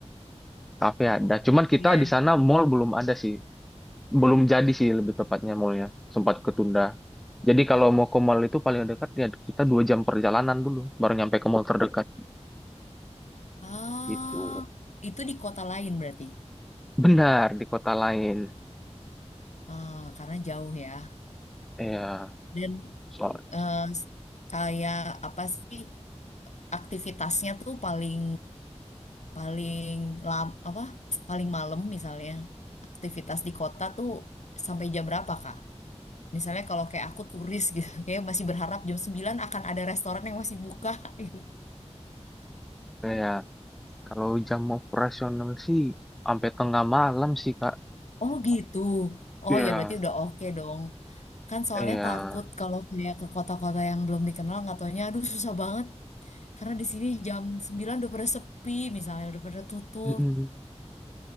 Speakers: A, in the centre; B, on the left.
A: kafe ada. Cuman kita
B: iya.
A: di sana mall belum ada sih. Belum jadi sih lebih tepatnya mallnya. Sempat ketunda. Jadi kalau mau ke mall itu paling dekat ya kita dua jam perjalanan dulu baru nyampe ke mall terdekat
B: Ah,
A: gitu.
B: itu di kota lain berarti.
A: Benar, di kota lain.
B: Ah, karena jauh ya.
A: Ya,
B: Dan
A: soal
B: eh, kayak apa sih aktivitasnya tuh paling paling lam apa paling malam misalnya aktivitas di kota tuh sampai jam berapa Kak? Misalnya kalau kayak aku turis gitu, <laughs> kayak masih berharap jam 9 akan ada restoran yang masih buka <laughs> gitu.
A: ya <laughs> kalau jam operasional sih sampai tengah malam sih, Kak.
B: Oh gitu. Oh
A: Ya,
B: ya berarti udah oke dong. Kan soalnya
A: ya.
B: takut kalau kayak ke kota-kota yang belum dikenal nggak taunya aduh susah banget karena di sini jam 9 udah pada sepi misalnya udah pada tutup.
A: Mm-mm.